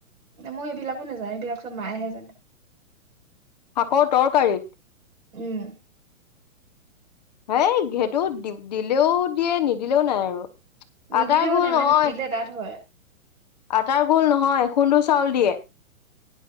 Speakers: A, on the right; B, on the left.
A: মই এইবিলাকো নেজানো এইবিলাক চব মায়েহে জানে।
B: শাকৰ তৰকাৰীত?
A: উম।
B: সেই সেইটো দি দিলেও দিয়ে নিদিলেও নাই আৰু।
A: নিদিলেও
B: আটাৰ ঘোল
A: নাই
B: নহয়
A: মানে দিলে ডাঠ হয়।
B: আটাৰ গোল নহয় খুন্দো চাউল দিয়ে।